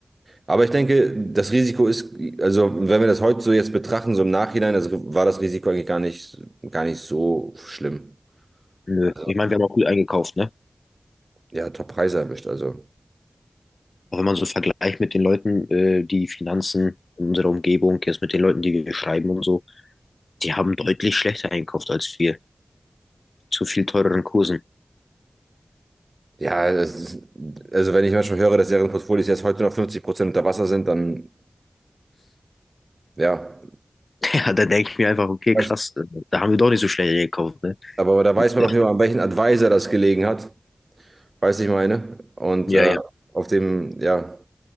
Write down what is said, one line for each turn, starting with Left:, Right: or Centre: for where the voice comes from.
Right: aber ich denke, das Risiko ist, also wenn wir das heute so jetzt betrachten, so im Nachhinein, also war das Risiko eigentlich gar nicht, gar nicht so schlimm.
Left: Nö.
Right: Also,
Left: Ich meine, wir haben auch gut eingekauft, ne?
Right: ja, Top-Preise erwischt. Also
Left: auch wenn man so vergleicht mit den Leuten, äh, die Finanzen in unserer Umgebung, jetzt mit den Leuten, die wir schreiben und so, die haben deutlich schlechter einkauft als wir, zu viel teureren Kursen.
Right: Ja, es ist, also wenn ich manchmal höre, dass deren Portfolios jetzt heute noch 50% unter Wasser sind, dann ja.
Left: <laughs> Ja, da denke ich mir einfach, okay,
Right: weiß-
Left: krass, äh, da haben wir doch nicht so schnell gekauft, ne?
Right: Aber da weiß man
Left: Ja,
Right: auf jeden Fall, an welchen Advisor das gelegen hat, weiß ich meine. Und
Left: ja,
Right: äh,
Left: ja.
Right: auf dem, ja,